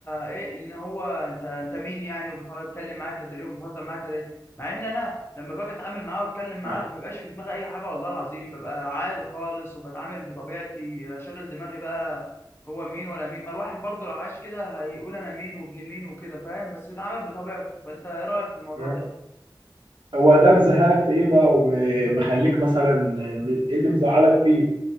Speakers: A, on the left; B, on the right.
A: ايه ان هو انت انت مين يعني وبتتكلم معاه كده ليه وبتهزر معاه كده ليه مع ان انا لما باجي اتعامل معاه واتكلم معاه
B: أيوة.
A: ما بيبقاش في دماغي اي حاجه والله العظيم ببقى عادي خالص وبتعامل بطبيعتي لا شاغل دماغي بقى هو مين ولا مين ما الواحد برضه لو عاش كده هيقول انا مين وابن مين وكده فاهم بس بيتعامل بطبيعته فانت ايه رايك في الموضوع
B: م.
A: ده
B: هو ده مزهقك في ايه بقى ومخليك مثلا م- ايه اللي مزعلك فيه